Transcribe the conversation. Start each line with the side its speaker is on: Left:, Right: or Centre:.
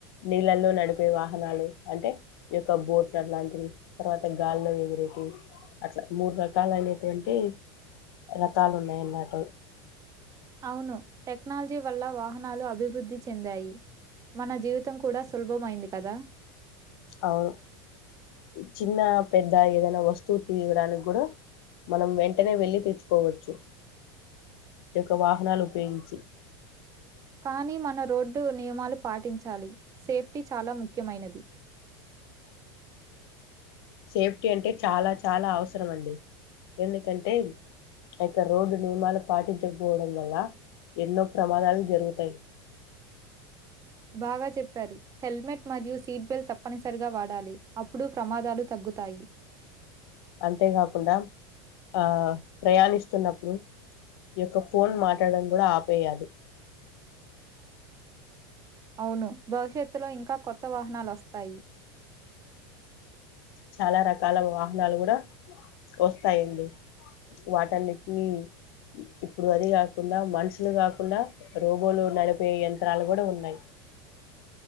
Left: నీళ్ళల్లో నడిపే వాహనాలు అంటే బోట్లు అట్లాంటివి తర్వాత గాల్లో ఎగిరేటి అట్లా మూడు రకాల అనేటువంటి రకాలు ఉన్నాయన్నట
Right: అవును టెక్నాలజీ వల్ల వాహనాలు అభివృద్ధి చెందాయి మన జీవితం కూడా సులభంమైంది కదా
Left: అవును చిన్న పెద్ద ఏదైనా వస్తువు తీవడానికి కూడా మనం వెంటనే వెళ్లి తెచ్చుకోవచ్చు ఈ యొక్క వాహనాలు ఉపయోగించి
Right: కానీ మన రోడ్డు నియమాలు పాటించాలి సేఫ్టీ చాలా ముఖ్యమైనది
Left: సేఫ్టీ అంటే చాలా చాలా అవసరం అండి ఎందుకంటే అయొక్క రోడ్డు నియమాలు పాటించకపోవడం వల్ల ఎన్నో ప్రమాదాలు జరుగుతాయి
Right: బాగా చెప్పారు హెల్మెట్ మరియు సీట్బెల్ట్ తప్పనిసరిగా వాడాలి అప్పుడు ప్రమాదాలు తగ్గుతాయి
Left: అంతేకాకుండా ఆ ప్రయాణిస్తున్నప్పుడు ఈ యొక్క ఫోన్ మాట్లాడడం కూడా ఆపేయాలి
Right: అవును భవిష్యత్తులో ఇంకా కొత్త వాహనాలు వస్తాయి
Left: చాలా రకాల వాహనాలు కూడా వస్తాయండి వాటనికి ఇప్పుడు అది కాకుండా మనుషులు కాకుండా రోబోలు నడిపే యంత్రాలు కూడా ఉన్నాయి